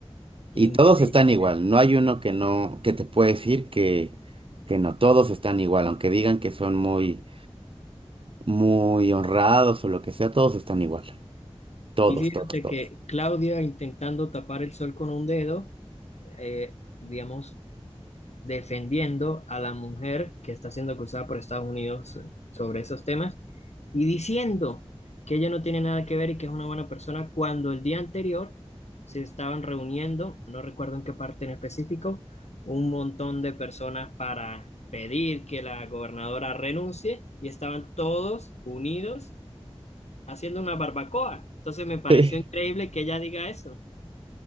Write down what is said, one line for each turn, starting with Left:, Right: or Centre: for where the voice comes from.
Left: Increíble.
Right: Y todos están igual, no hay uno que no, que te puede decir que, que no, todos están igual, aunque digan que son muy, muy honrados o lo que sea, todos están igual, todos,
Left: Y fíjate
Right: todos, todos.
Left: que Claudia intentando tapar el sol con un dedo, eh, digamos, defendiendo a la mujer que está siendo acusada por Estados Unidos sobre esos temas y diciendo que ella no tiene nada que ver y que es una buena persona cuando el día anterior se estaban reuniendo, no recuerdo en qué parte en específico, un montón de personas para pedir que la gobernadora renuncie y estaban todos unidos haciendo una barbacoa. Entonces me pareció
Right: Sí,
Left: increíble que ella diga eso.